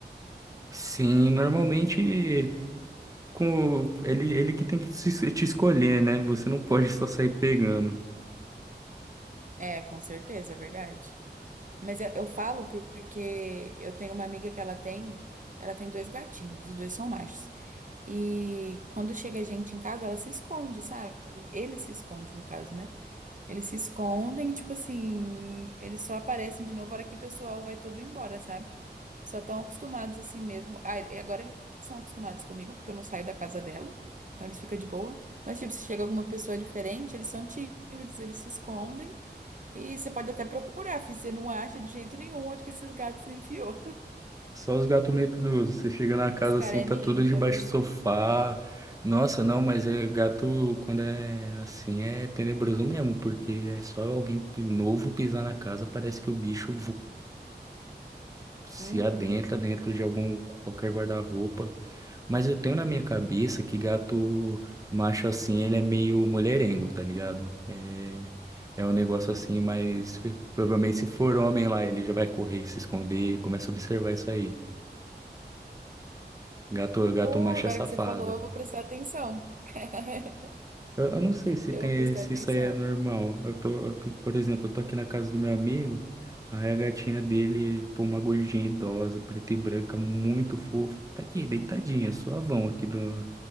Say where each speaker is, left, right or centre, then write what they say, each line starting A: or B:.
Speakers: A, on the right; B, on the right.
A: Sim, normalmente com ele, ele que tem que se- te escolher, né? Você não pode só sair pegando.
B: É, com certeza, é verdade. Mas eu, eu falo por- porque eu tenho uma amiga que ela tem, ela tem dois gatinhos, os dois são machos. E quando chega gente em casa, ela se esconde, sabe? Ele se esconde, no caso, né? Eles se escondem e, tipo assim, eles só aparecem de novo na hora que o pessoal vai todo embora, sabe? Só estão acostumados assim mesmo. Ah, e agora eles são acostumados comigo, porque eu não saio da casa dela, então eles ficam de boa. Mas, tipo, se chega alguma pessoa diferente, eles são tímidos, eles se escondem. E você pode até procurar, fi, você não acha de jeito nenhum onde que esses gatos enfiou.
A: Só os gatos medrosos. Você chega na
B: <laughs>
A: casa
B: Os caras
A: assim,
B: é
A: tá
B: ninja,
A: tudo debaixo
B: viu?
A: do sofá. Nossa, não, mas é gato quando é assim é tenebroso mesmo, porque é só alguém novo pisar na casa, parece que o bicho se
B: Uhum.
A: adentra dentro de algum qualquer guarda-roupa, mas eu tenho na minha cabeça que gato macho assim, ele é meio mulherengo, tá ligado? É, é um negócio assim, mas provavelmente se for homem lá, ele já vai correr, se esconder, começa a observar isso aí. Gato, gato
B: Pô,
A: macho
B: agora
A: é safado.
B: que você falou, eu vou prestar atenção. <laughs>
A: Eu, eu não sei se
B: Eu
A: tem,
B: vou prestar
A: se
B: atenção.
A: isso aí é normal. Eu tô, eu- por exemplo, eu tô aqui na casa do meu amigo, aí a gatinha dele, pô, uma gordinha idosa, preta e branca, muito fofa, tá aqui, deitadinha, suavão aqui do,